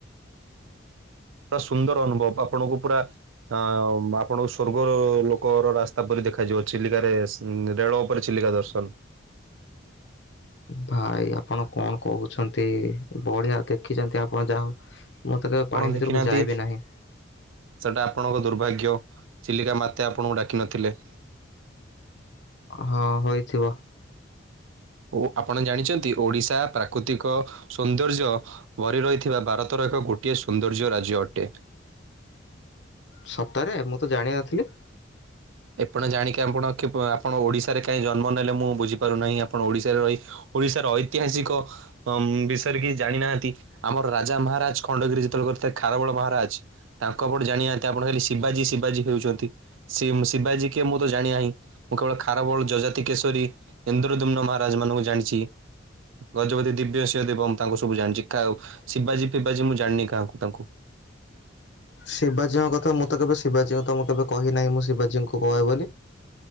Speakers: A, on the right; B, on the left.
A: ପୁରା ସୁନ୍ଦର ଅନୁଭବ ଆପଣଙ୍କୁ ପୁରା ତ ଆପଣଙ୍କୁ ସ୍ୱର୍ଗ ଲୋକର ରାସ୍ତା ପରି ଦେଖାଯିବ ଚିଲିକାରେ ସ୍ ଉଁ ରେଳ ଓପରେ ଚିଲିକା ଦର୍ଶନ।
B: ଭାଇ ଆପଣ କଣ କୋହୁଛନ୍ତି ବଢ଼ିଆ ଦେଖିଛନ୍ତି ଆପଣ ଯାହା ହୋଉ। ମୁଁ ତ କେବେ
A: ଆପଣ
B: ପାଣି ଭିତରକୁ
A: ଦେଖିନାହାନ୍ତି
B: ଯଇବି ନାହିଁ।
A: ସେଟା ଆପଣଙ୍କ ଦୁର୍ଭାଗ୍ୟ ଚିଲିକା ମାତେ ଆପଣଙ୍କୁ ଡାକିିନଥିଲେ।
B: ହଁ ହୋଇଥିବ।
A: ଓ ଆପଣ ଜାଣିଛନ୍ତି ଓଡିଶା ପ୍ରାକୃତିକ ସୌନ୍ଦର୍ଯ୍ୟ ବରି ରହିଥିବା ଭାରତର ଏକ ଗୋଟିଏ ସୌନ୍ଦର୍ଯ୍ୟ ରାଜ୍ୟ ଅଟେ।
B: ସତରେ ମୁଁ ତ ଜାଣିନଥିଲି।
A: ଏପଣ ଜାଣିକି ଆପଣ ଆପଣ ଓଡିଶାରେ କାହିଁ ଜନ୍ମ ନେଲେ ମୁଁ ବୁଝିପାରୁନାହିଁ। ଆପଣ ଓଡିଶାରେ ରହି ଓଡିଶାର ଐତିହାସିକ ଅ ବିଷୟରେ କି ଜାଣିନାହାନ୍ତି। ଆମର ରାଜା ମହାରାଜ ଖଣ୍ଡଗିରି ଯେତେବେଳେ କରିଥିଲେ ଖାରବେଳ ମହାରାଜ ତାଙ୍କ <unintelligible> ଜାଣିନାହାନ୍ତି ଆପଣ ଖାଲି ଶିବାଜୀ ଶିବାଜୀ ହେଉଚନ୍ତି ସିମ ଶିବାଜୀ କିଏ ମୁଁ ତ ଜାଣି ନାହିଁ। ମୁଁ କେବଳ ଖାରବୋଳ ଯଜାତି କେଶରୀ ଇନ୍ଦ୍ରଦୁମ୍ନ ମହାରାଜ ଏମାନଙ୍କୁ ଜାଣିଚି। ଗଜପତି ଦିବ୍ୟ ସିଂହ ଦେବ ମୁଁ ତାଙ୍କୁ ସବୁ ଜାଣିଚି। କାହା ଶିବାଜୀ ଫିବାଜୀ ମୁଁ ଜାଣିନି କାହାକୁ ତାଙ୍କୁ।
B: ଶିବାଜୀଙ୍କ କଥା ମୁଁ ତ କେବେ ଶିବାଜୀଙ୍କୁ ତମ କେବେ କହିନାହିଁ ମୁଁ ଶିବାଜୀଙ୍କୁ କହେ ବୋଲି।